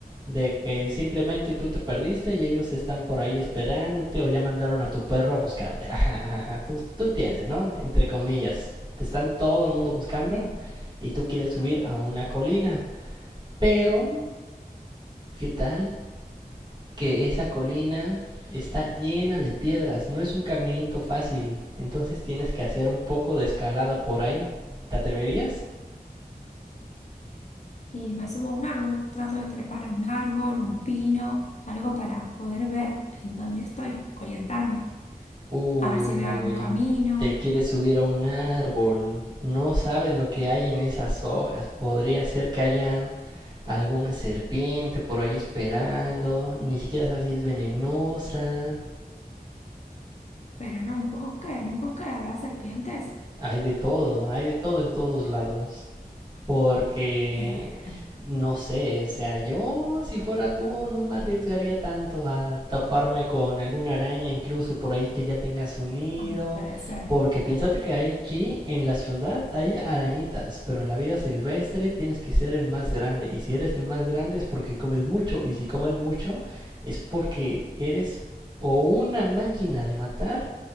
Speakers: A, on the right (about 30°); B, on the left (about 45°).
A: de que simplemente tú te perdiste y ellos están por ahí esperándote o ya mandaron a tu perro a buscarte. <laughs> Ajá, ajá, Tú, tú entiendes, ¿no? Entre comillas. Te están todo el mundo buscando
B: Sí.
A: y tú quieres subir a una colina. Pero, ¿qué tal que esa colina está llena de piedras? No es un caminito fácil. Entonces tienes que hacer un poco de escalada por ahí. ¿Te atreverías?
B: Y me subo a un árbol, trato de trepar a un árbol, un pino, algo para poder ver en dónde estoy, orientarme.
A: Uy,
B: a ver si veo algún camino,
A: te quieres subir a un árbol. No sabes lo que hay en esas hojas. Podría ser que haya alguna serpiente por ahí esperando. Ni siquiera sabes si es venenosa.
B: pero en un bosque, en un bosque habrá serpientes.
A: Hay de todo, hay de todo en todos lados. Porque,
B: Eh,
A: no sé, o sea, yo si fuera tú no me arriesgaría tanto a taparme con alguna araña, incluso por ahí que ya tengas un nido.
B: ah, puede ser.
A: Porque piénsate que hay aquí en la ciudad hay arañitas, pero en la vida silvestre tienes que ser el más grande. Y si eres el más grande es porque comes mucho. Y si comes mucho es porque eres o una máquina de matar